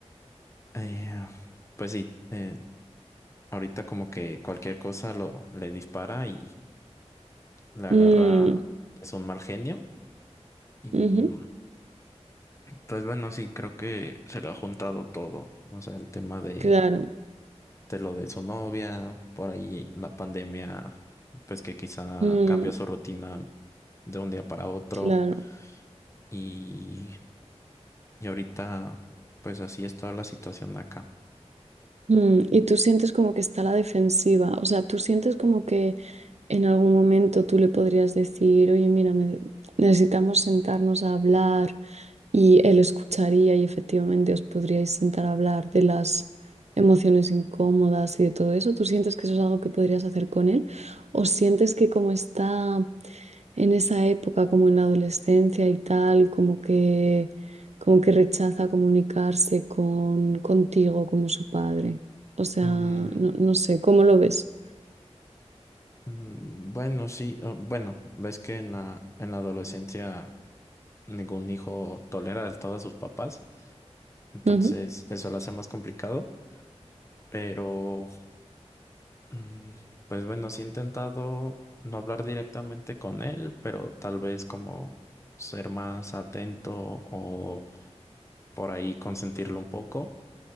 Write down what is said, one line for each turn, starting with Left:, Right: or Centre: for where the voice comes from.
Left: eh, pues sí, eh, ahorita como que cualquier cosa lo, le dispara y le agarra
Right: mm,
Left: pues un mal genio. Y
Right: ujú,
Left: mm, Pues bueno, sí, creo que se le ha juntado todo. O sea, el tema de,
Right: Claro,
Left: de lo de su novia, por ahí la pandemia, pues que quizá
Right: mm,
Left: cambia su rutina de un día para otro.
Right: claro.
Left: Y, y ahorita, pues así está la situación acá.
Right: Mm, y tú sientes como que está a la defensiva, o sea, tú sientes como que en algún momento tú le podrías decir, oye, mira, ne- necesitamos sentarnos a hablar y él escucharía y efectivamente os podríais sentar a hablar de las emociones incómodas y de todo eso. ¿Tú sientes que eso es algo que podrías hacer con él? ¿O sientes que como está en esa época, como en la adolescencia y tal, como que, como que rechaza comunicarse con, contigo como su padre. O sea,
Left: Mm,
Right: no, no sé, ¿cómo lo ves?
Left: mm, bueno, sí, oh, bueno, ves que en la, en la adolescencia ningún hijo tolera del todo a sus papás. Entonces,
Right: Ujú,
Left: eso lo hace más complicado. Pero. Mm, Pues bueno, sí he intentado no hablar directamente con él, pero tal vez como ser más atento o por ahí consentirlo un poco.